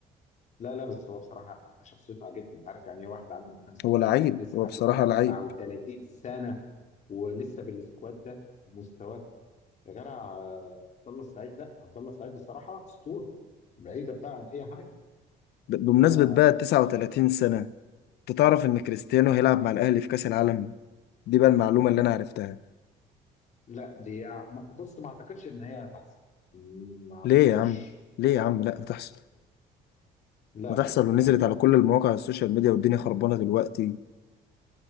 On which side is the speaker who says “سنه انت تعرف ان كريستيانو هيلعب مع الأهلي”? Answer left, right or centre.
Left